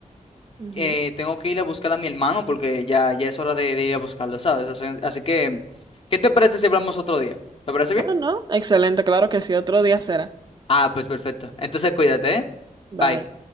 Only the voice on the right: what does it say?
Ujú.
Oh, no. Excelente, claro que sí. Otro día será.
Bye.